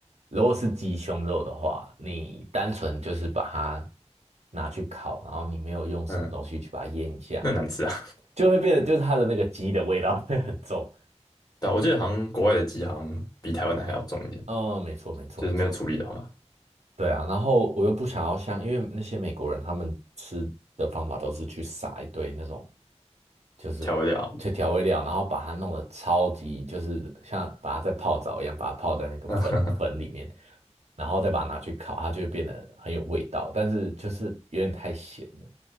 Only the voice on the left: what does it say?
嗯，那很难吃啊。
<laughs> 对啊，我记得好像国外的鸡好像比台湾的还要重一点，
就是没有处理的话，
调味料。
<laughs>